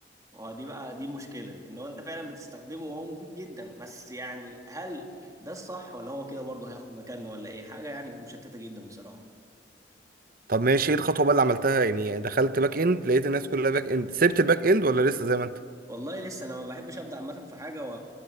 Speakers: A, on the right; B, on the right.
A: اه دي بقى دي المشكله ان هو انت فعلا بتستخدمه وهو مفيد جدا بس يعني هل ده الصح ولا هو كده برضه هياخد مكاننا ولا ايه حاجه يعني مشتته جدا بصراحه
B: طب ماشي إيه الخطوة بقى اللي عملتها يعني دخلت باك إند لقيت الناس كلها باك إند سبت الباك إند ولا لسه زي ما أنت
A: والله لسه انا ما بحبش ابدا عامه في حاجه و...